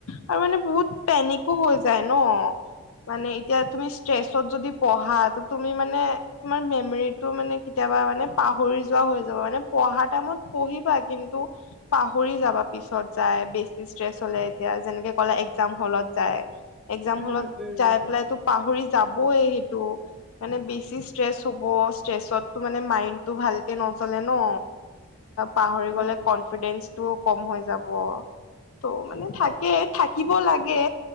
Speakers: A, on the left; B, in the centre.
A: আৰু মানে বহুত পেনিক! কও হৈ যায় ন মানে এতিয়া তুমি! ষ্ট্ৰেচত যদি পঢ়া ত তুমি মানে তোমাৰ মেমৰি! টো মানে কেতিয়াবা মানে পাহৰি যোৱা হৈ যাব মানে পঢ়া টাইমত পঢ়িবা কিন্তু! পাহৰি যাবা পিছত যাই বেছি ষ্ট্ৰেছ হলে এতিয়া যেনেকে কলা একজাম হলত। হলত যাই, এক্সাম
B: উম
A: হল ত
B: উম
A: যাই পেলাই তো। পাহৰি যাবই সেইটো মানে বেছি ষ্ট্ৰেচ হ'ব ষ্ট্ৰেচত মানে মাইড। তো ভালকে নচলে ন। পাহৰি
B: উম।
A: গ'লে কনফিডেন্সটো ও কম হৈ যাব। ত' মানে
B: সেইটোৱে
A: থাকে, থাকিব লাগে।